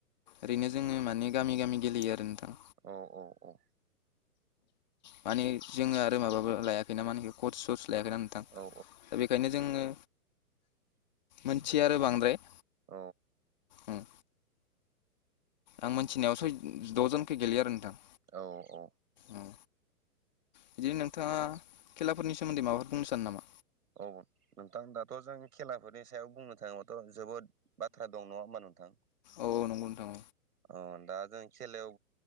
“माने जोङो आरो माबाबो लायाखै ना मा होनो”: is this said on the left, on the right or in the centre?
Left